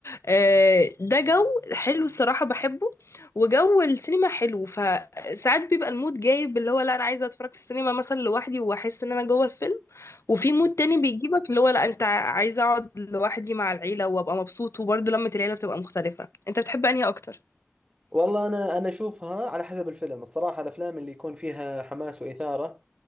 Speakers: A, on the left (about 85°); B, on the right (about 25°).
A: آه، ده جو حلو الصراحه بحبه وجو السينما حلو فساعات بيبقى المود جايب اللي هو لا انا عايزه اتفرج في السينما مثلا لوحدي واحس ان انا جوه الفيلم وفي مود تاني بيجيبك اللي هو لا انت عايزه اقعد لوحدي مع العيله وابقى مبسوط وبرضه لمة العيله بتبقى مختلفه انت بتحب انهي اكتر
B: والله انا انا اشوفها على حسب الفيلم الصراحه الافلام اللي يكون فيها حماس واثاره